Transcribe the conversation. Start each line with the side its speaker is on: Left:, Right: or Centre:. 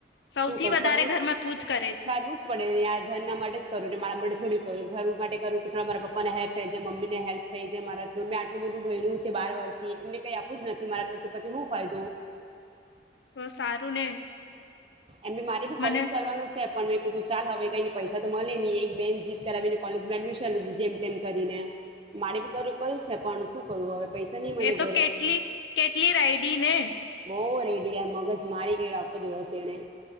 Left: સૌથી
Right: શું કરું
Left: વધારે
Right: કરવું
Left: ઘરમાં તું જ કરે છે
Right: કરવું જ પડે ને યાર ઘરના માટે જ કરું મારા માટે થોડી કરું ઘર માટે કરું કે થોડા મારા પપ્પાને હેલ્પ થાય છે, મમ્મીને હેલ્પ થાય મારા મેં આટલું બધું ભણ છે બાર વર્ષથી એમને કઈ આપું જ નથી મારા તરફથી પછી શું ફાયદો
Left: તો સારું ને
Right: એમ બી મારે ભી કોલેજ
Left: મને
Right: કરવાનું છે પણ મેં કીધું ચાલ હવે કઈને પૈસા તો મળે નહી એક બેને જીત કરાવીને કોલેજમાં એડમિશન લીધું જેમ તેમ કરીને, મારે બી કર કર્યું છે પણ શું કરવું હવે પૈસા નહીં મળે
Left: એ તો
Right: ઘરે
Left: કેટલી કેટલી રાયડી ને
Right: બહુ રેડી યાર, મગજ મારી ગય રાખો દિવસ એને